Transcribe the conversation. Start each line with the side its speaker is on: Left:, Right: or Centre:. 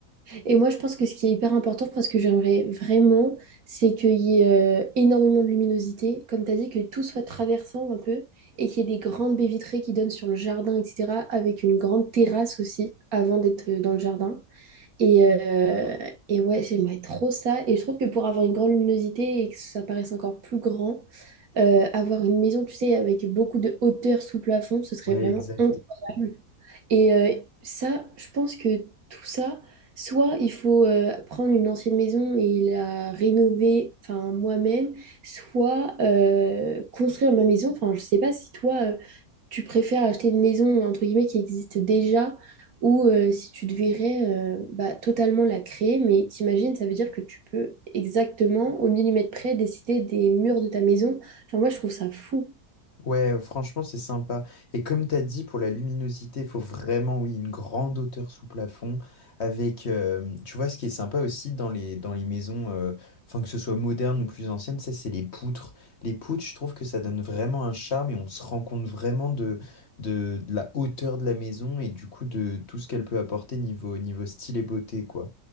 Right: Et moi, je pense que ce qui est hyper important, enfin, ce que j'aimerais vraiment, c'est qu'il y ait euh, énormément de luminosité, comme tu as dit, que tout soit traversant un peu, et qu'il y ait des grandes baies vitrées qui donnent sur le jardin, etc., avec une grande terrasse aussi, avant d'être euh, dans le jardin. Et, euh, et ouais, j'aimerais trop ça. Et je trouve que pour avoir une grande luminosité et que ça paraisse encore plus grand, euh, avoir une maison, tu sais, avec beaucoup de hauteur sous plafond, ce serait
Left: Ouais,
Right: vraiment
Left: exact.
Right: incroyable. Et euh, ça, je pense que tout ça, soit il faut euh, prendre une ancienne maison et la rénover, enfin moi-même, soit euh, construire ma maison. Enfin, je sais pas si toi, euh, tu préfères acheter une maison entre guillemets qui existe déjà ou euh, si tu devrais euh, bah, totalement la créer. Mais t'imagines, ça veut dire que tu peux exactement au millimètre près décider des murs de ta maison. Enfin, moi, je trouve ça fou.
Left: Ouais, franchement, c'est sympa. Et comme tu as dit, pour la luminosité, il faut vraiment, oui, une grande hauteur sous plafond. Avec, euh, tu vois, ce qui est sympa aussi dans les, dans les maisons, euh, enfin, que ce soit moderne ou plus ancienne, ça, c'est les poutres. Les poutres, je trouve que ça donne vraiment un charme et on se rend compte vraiment de, de, de la hauteur de la maison et du coup de tout ce qu'elle peut apporter niveau, niveau style et beauté, quoi.